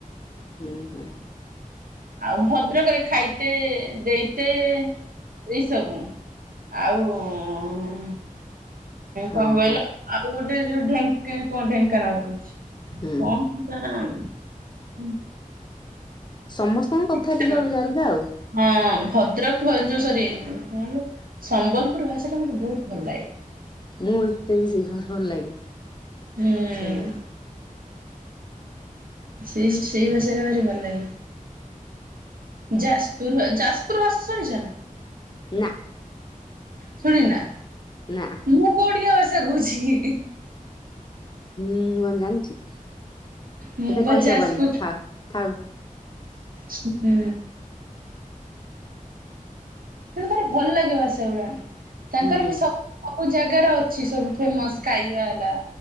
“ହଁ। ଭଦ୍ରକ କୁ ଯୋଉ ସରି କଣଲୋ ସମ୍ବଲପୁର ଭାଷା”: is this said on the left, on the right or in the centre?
Right